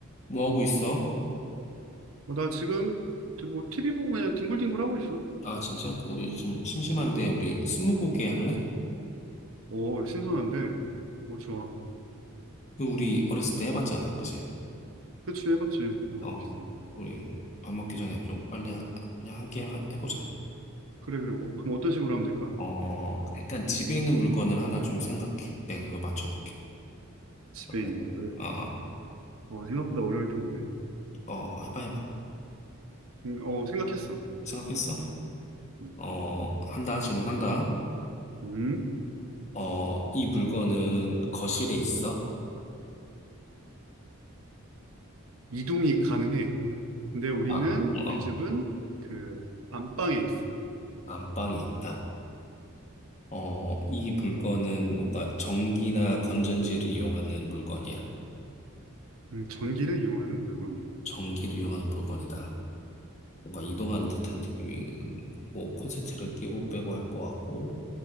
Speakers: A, on the left; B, on the right.
A: 뭐 하고 있어?
B: 어, 나 지금 뭐 TV 보고 그냥 뒹굴뒹굴 하고 있어.
A: 아, 진짜? 우리 좀 심심한데, 우리 스무고개 할래?
B: 오, 신선한데. 오, 좋아.
A: 그, 우리 어렸을 때 해봤잖아. 그지?
B: 그치, 해봤지. 우리
A: 어,
B: 어렸을 때.
A: 우리 밥 먹기 전에 좀 빨리 하- 그냥 한 게임 하- 해보자.
B: 그래, 그래. 어, 그럼 어떤 식으로 하면 될까?
A: 어, 일단 집에 있는 물건을 하나 좀 생각해. 내가 그거 맞춰볼게.
B: 집에
A: 어때?
B: 있는 거를.
A: 아, 아,
B: 어, 생각보다 어려울 텐데.
A: 어, 해봐, 해봐.
B: 음, 어, 생각했어.
A: 생각했어?
B: 음,
A: 어, 한다, 질문한다.
B: 음,
A: 어, 이 물건은 거실에 있어?
B: 이동이 가능해. 근데 우리는,
A: 아, 어,
B: 우리 집은 그 안방에 있어.
A: 안방에 있다. 어, 이 물건은 뭔가 전기나 건전지를 이용하는 물건이야?
B: 음, 전기를 이용하는 물건이야.
A: 전기를 이용하는 물건이다. 뭔가 이동하는 듯한 느낌이고, 콘센트를 끼고 빼고 할 것 같고,